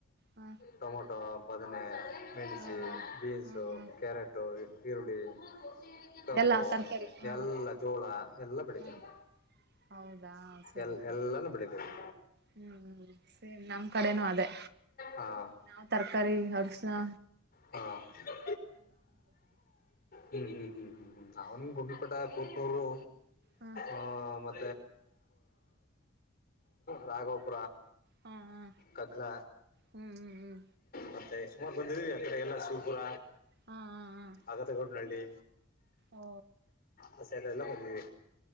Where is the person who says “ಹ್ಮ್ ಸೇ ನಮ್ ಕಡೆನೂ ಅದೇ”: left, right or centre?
Right